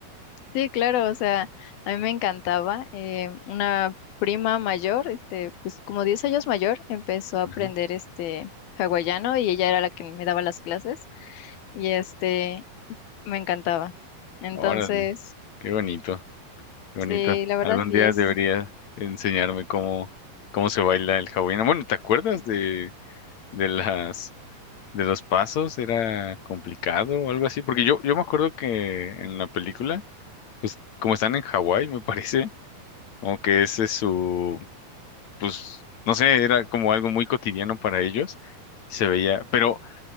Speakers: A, on the left; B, on the left.
A: sí, claro. O sea, a mí me encantaba. Eh, una prima mayor, este, pues como 10 años mayor, empezó a aprender
B: Ajá.
A: este hawaiano y ella era la que me daba las clases y este, me encantaba. Entonces,
B: Órale, qué bonito, qué
A: sí,
B: bonito.
A: la verdad
B: Algún
A: sí
B: día
A: es.
B: deberías enseñarme cómo, cómo se baila el hawaiano. Bueno, ¿te acuerdas de, de las de los pasos? ¿Era complicado o algo así? Porque yo, yo me acuerdo que en la película, pues como están en Hawái, me parece, Como que ese es su, pues, no sé, era como algo muy cotidiano para ellos y se veía, pero